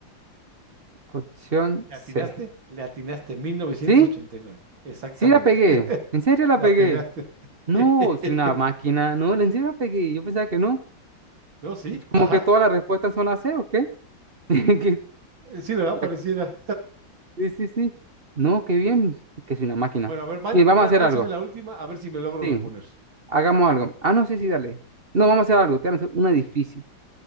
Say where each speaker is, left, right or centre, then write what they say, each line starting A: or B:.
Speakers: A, on the right; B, on the right.
A: Opción
B: ¿Le
A: C.
B: atinaste? Le atinaste 1989.
A: ¿Sí?
B: Exactamente.
A: Sí la pegué.
B: <laughs>
A: ¿En serio la
B: La
A: pegué?
B: pegaste.
A: No,
B: <laughs>
A: soy una máquina. No, en serio la pegué. Yo pensaba que no.
B: No, sí,
A: Como
B: ajá.
A: que todas las respuestas son la C, ¿o qué? <laughs> que
B: Sí, ¿verdad? Pareciera.
A: la- Sí, sí, sí. No, qué bien, que soy una máquina.
B: Bueno, a ver, man-
A: Bien, vamos
B: la-
A: a hacer
B: lánzame
A: algo.
B: la última, a ver si me logro
A: Sí,
B: reponer.
A: hagamos algo. Ah, no, sí, sí, dale. No, vamos a hacer algo. Te voy a hacer una difícil.